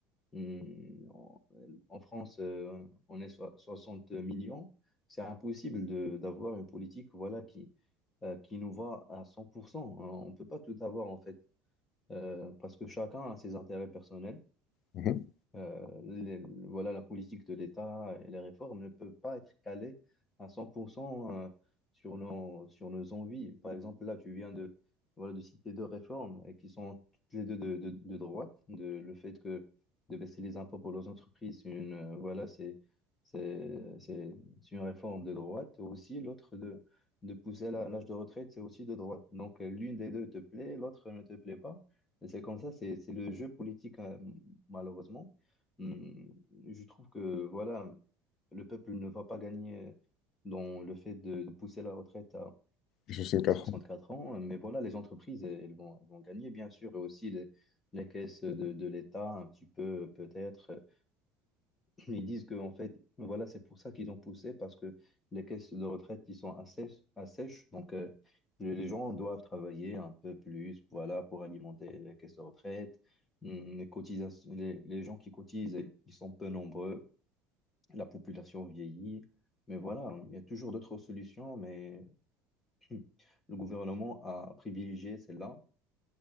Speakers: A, on the left; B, on the left.
A: Hmm, En en France, euh, on est so- 60 millions. C'est impossible de- d'avoir une politique voilà, qui, euh, qui nous va à 100%. On ne peut pas tout avoir, en fait, euh, parce que chacun a ses intérêts personnels.
B: Mhm.
A: Euh, les- voilà, la politique de l'État et les réformes ne peuvent pas être calées à 100% euh, sur nos, sur nos envies. Par exemple, là, tu viens de, voilà, de citer deux réformes et qui sont toutes les deux de, de, de droite. De, le fait que de baisser les impôts pour les entreprises, c'est une, euh, voilà, c'est, c'est, c'est, c'est une réforme de droite. Aussi, l'autre de, de pousser la- l'âge de retraite, c'est aussi de droite. Donc, euh, l'une des deux te plaît, l'autre ne te plaît pas. Et c'est comme ça, c'est c'est le jeu politique, euh, malheureusement. Hum, Je trouve que voilà, le peuple ne va pas gagner dans le fait de, de pousser la retraite à
B: 64
A: 64
B: ans.
A: ans, mais voilà, les entreprises, elles vont, elles vont gagner, bien sûr, et aussi les, les caisses de, de l'État, un petit peu peut-être. Ils disent que, en fait, voilà, c'est pour ça qu'ils ont poussé, parce que les caisses de retraite, ils sont assez, sèches. Donc, euh, le- les gens doivent travailler un peu plus, voilà, pour alimenter les caisses de retraite. Hum, Les cotisations, les, les gens qui cotisent, ils sont peu nombreux. La population vieillit. Mais voilà, il y a toujours d'autres solutions, mais <clears throat> le gouvernement a privilégié celle-là